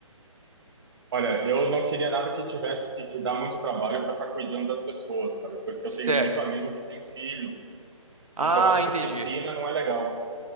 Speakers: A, on the right; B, on the right.
A: Olha, eu não queria nada que tivesse que, que dar muito trabalho para ficar cuidando das pessoas, sabe? Porque
B: Certo.
A: eu tenho muito amigo que tem filho,
B: Ah,
A: então acho
B: entendi.
A: que piscina não é legal.